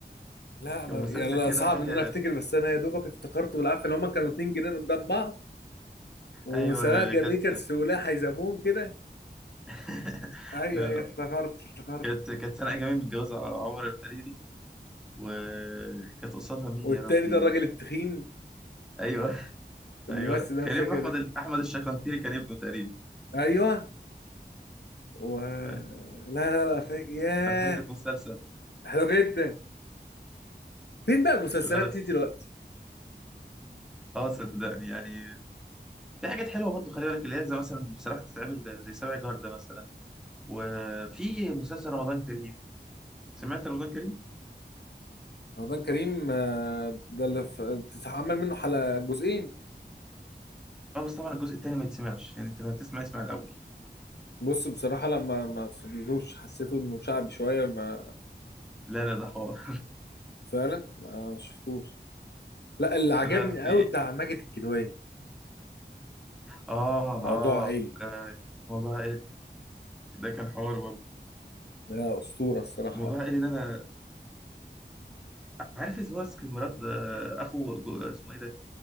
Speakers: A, on the left (about 70°); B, in the centre.
A: لا انا
B: كان مسلسل
A: يعني لا
B: كده
A: صعب
B: حاجة
A: ان انا افتكر بس انا يا دوبك افتكرته بالعافيه اللي هما كانوا اتنين جنان قدام بعض وسناء
B: أيوه
A: جميل
B: كانت
A: كانت في ولايه حيزمون كده
B: <laughs>
A: ايوه ايوه افتكرت افتكرت
B: كانت كانت سنة أيام متجوزة عمر الحريري وكانت قصادها مين
A: والتاني
B: يا ربي
A: ده الراجل التخين
B: أيوه <laughs>
A: الممثل
B: أيوه
A: ده
B: كان
A: مش فاكر
B: ابن أحمد
A: إيه.
B: ال- أحمد الشكنكيري كان ابنه تقريبا
A: ايوه و...
B: أيوة.
A: لا لا لا فاكر ياه
B: كان حتة مسلسل
A: حلو جدا فين بقى المسلسلات
B: لا لا
A: دي دلوقتي
B: أه صدقني يعني في حاجات حلوة برضو خلي بالك اللي هي زي مثلا بصراحة تتعمل زي سبع جار ده مثلا وفي مسلسل رمضان كريم سمعت رمضان كريم؟
A: رمضان كريم آه، ده اللي في- اتعمل منه حلقة جزئين
B: أه بس طبعا الجزء التاني ما يتسمعش يعني أنت لو هتسمع اسمع الأول
A: بص بصراحة لما ما فضلتوش حسيته انه شعبي شوية ما
B: لا لا ده حوار
A: فعلا ما شفتوش لا اللي
B: <laughs>
A: عجبني
B: لا لا في
A: قوي بتاع ماجد الكدواني
B: آه
A: موضوع
B: آه
A: عائلي
B: آه، موضوع عائلي ده كان حوار برضه
A: ده أسطورة الصراحة
B: موضوع عائلي ده أنا عارف اللي هو اسك- مراد آه، اخو جو- اسمه ايه ده